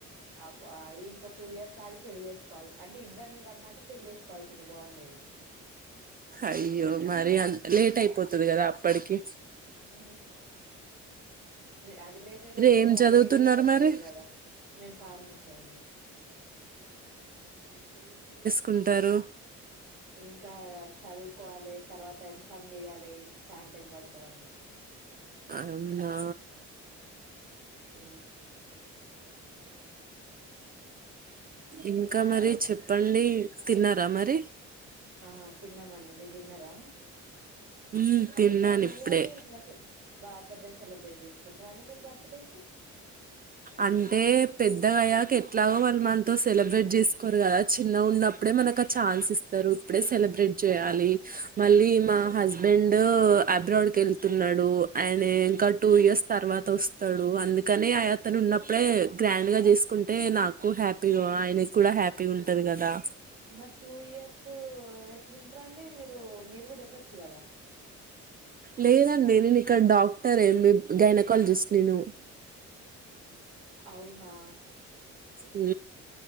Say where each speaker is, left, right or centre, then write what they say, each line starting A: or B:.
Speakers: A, on the right; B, on the right.
A: అబ్బా ఇంకో టూ ఇయర్స్ ఆగి పెళ్లి చేసుకోవాల్ అంటే ఇద్దరిని కన్నాక పెళ్లి చేసుకోవాల్సింది బాగుండేది
B: అయ్యో మరి అంత లేట్ అయిపోతుది గదా అప్పటికి
A: ఉ అది లేట్ అయినా మీరు
B: ఏం చదువుతున్నారు
A: లేట్ అయ్యేటట్టు
B: మరి
A: లేరు గదా మేం ఫార్మసీ అండి
B: కుంటారు
A: ఇంకా చదువుకోవాలి తర్వాత ఎమ్ ఫామ్ జేయాలి చాన్ టైం పడుతుందండి
B: అవున్నా
A: ఊ
B: ఇంకా మరి చెప్పండి తిన్నారా మరి
A: ఆ తిన్నామండి మీరు తిన్నారా
B: మ్మ్
A: అంటే
B: తిన్నాను
A: ప్రతి
B: ఇప్పుడే
A: ఇయర్ ఇట్లా పెద్దగా సెలబ్రేట్ చేసుకుంటారా అండి మీరు బర్త్డేస్
B: అంటే పెద్దగయ్యాక ఎట్లాగో వాళ్లు మనతో సెలబ్రేట్ జేసుకోరు కదా చిన్నగా ఉన్నప్పుడే మనకు ఆ ఛాన్స్ ఇస్తారు ఇప్పుడే సెలబ్రేట్ చేయ్యాలి మళ్ళీ
A: ఇప్పుడు
B: మా
A: చి
B: హస్బెండ్ అబ్రాడ్ కి యెళ్తున్నాడు ఆయన ఇంకా టూ ఇయర్స్ తర్వాత వస్తాడు అందుకనే ఆ అతను ఉన్నప్పుడే గ్రాండ్ గా చేసుకుంటే నాకు హ్యాపీగా ఆయనకి కూడా హ్యాపీగా ఉంటది కదా
A: మ టూ ఇయర్స్ ఎట్లుంటరండి మీరు మీరు కూడా వెళచ్చు కదా
B: లేదండి నేను ఇక్కడ డాక్టర్ ఎంబ్ గైనకాలజిస్ట్ నేను
A: అవునా
B: ఊ